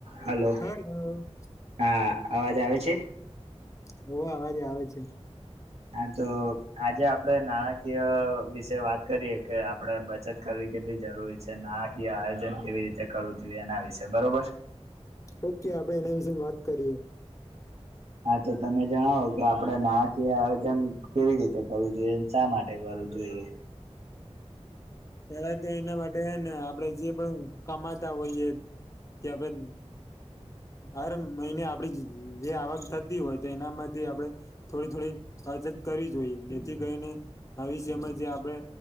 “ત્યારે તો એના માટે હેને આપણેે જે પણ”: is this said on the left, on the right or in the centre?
Left